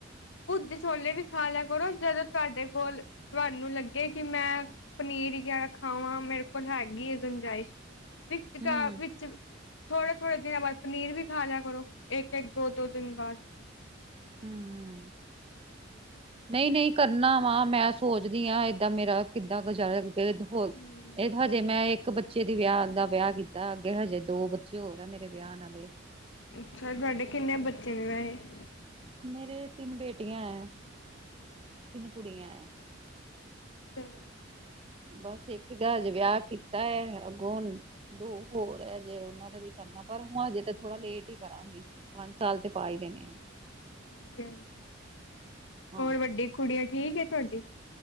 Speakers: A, on the left; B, on the right.
A: ਭੱਜ ਛੋਲੇ ਵੀ ਖਾ ਲਿਆ ਕਰੋ ਜਦੋਂ ਤੁਹਾਡੇ ਕੋਲ ਤੁਹਾਨੂੰ ਲੱਗੇ ਕਿ ਮੈਂ ਪਨੀਰ ਵਗੈਰਾ ਖਾਵਾਂ ਮੇਰੇ ਕੋਲ ਹੈਗੀ ਆ ਗੰਜਾਇਸ਼ ਵਿੱਚ
B: ਹਮ
A: ਕ ਵਿੱਚ ਥੋੜੇ ਥੋੜੇ ਦਿਨਾਂ ਬਾਅਦ ਪਨੀਰ ਵੀ ਖਾ ਲਿਆ ਕਰੋ ਇੱਕ ਇੱਕ ਦੋ ਦੋ ਦਿਨ ਬਾਅਦ
B: ਹੂ ਹੂ ਨਹੀਂ ਨਹੀਂ, ਕਰਨਾ ਵਾ, ਮੈਂ ਸੋਚਦੀ ਆਂ, ਏਦਾਂ ਮੇਰਾ ਕਿੱਦਾਂ ਗੁਜ਼ਾਰਾ ਹੋ
A: ਹਮ
B: ਹਜੇ ਮੈਂ ਇੱਕ ਬੱਚੇ ਦੇ ਵਿਆਹ ਦਾ ਵਿਆਹ ਕੀਤਾ, ਅੱਗੇ ਹਜੇ ਦੋ ਬੱਚੇ ਹੋਰ ਹੈਗੇ ਨੇ ਵਿਆਹਣ ਆਲੇ।
A: ਅੱਛਾ, ਤੁਹਾਡੇ ਕਿੰਨੇ ਬੱਚੇ ਨੇ ਵੈਸੇ।
B: ਮੇਰੇ ਤਿੰਨ ਬੇਟੀਆਂ ਹੈ, ਤਿੰਨ ਕੁੜੀਆਂ ਹੈ।
A: ਸਹੀ
B: ਬਸ ਇੱਕ ਦਾਜ ਵਿਆਹ ਕੀਤਾ ਹੈ ਅੱਗੋਂ ਹੁਣ ਦੋ ਹੋਰ ਹੈ ਜੇ ਉਹਨਾਂ ਦਾ ਵੀ ਕਰਨਾ ਪਰ ਹੁਣ ਹਜੇ ਤਾਂ ਥੋੜਾ ਲੇਟ ਹੀ ਕਰਾਂਗੀ ਪੰਜ ਸਾਲ ਤੇ ਪਾ ਹੀ ਦੇਣੇ ਆ
A: ਹਾਂਜੀ
B: ਹਾਂ
A: ਹੋਰ ਵੱਡੀ ਕੁੜੀਆਂ ਠੀਕ ਤੁਹਾਡੀ